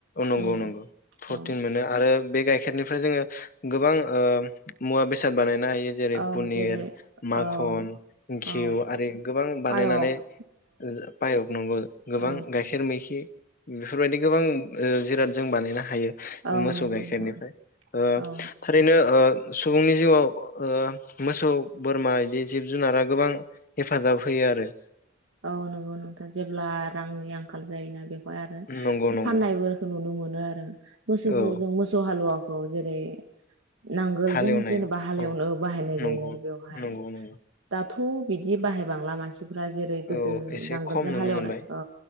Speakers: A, on the left (about 45°); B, on the right (about 75°).
A: नंगौ
B: उम
A: नंगौ प्रटिन
B: औ
A: मोनो आरो बे गाइखेरनिफ्राय जोङो गोबां ओ मुवा बेसाद बानायनो हायो गे जेरै
B: औ
A: पनिर
B: जेरै
A: माखन
B: औ
A: घिउ
B: औ
A: आरि गोबां बानायनानै
B: पायक औ
A: जो फायख नंगौ गोबां
B: औ
A: गाइखेर मैखि बेफोरबायदि गोबां ओ जिराद जों बानायनो हायो।
B: औ
A: मोसौ
B: नंगौ
A: गाइखेरनिफ्राय
B: नोंथां
A: ओ
B: औ
A: थारैनो ओ सुबुंनि जिउआव ओ मोसौ बोरमा इदि जिब जुनारा गोबां हेफाजाब होयो आरो
B: ओ नंगौ नोंथा जेब्ला रांनि नि आंखाल जायोनाब बेहाय आरो
A: नंगौ नंगौ
B: फाननाय बोरखो नुनो मोनो आरो मोसौखोजों
A: औ
B: मोसौ हालुवा खौ जेरै नांगोलजों
A: हालेवनायाव
B: जेनेबा हालेवनो
A: औ
B: बाहायनाय
A: नंगौ
B: जायो आरो बेवहाय
A: नंगौ नंगौ
B: दाब थ बिद दि बाहायबांला मानस फ्रा जेरै गोदो
A: औ एसे
B: नांगोलजों
A: खम नुनो
B: हालेवनाय
A: मोनबाय
B: औ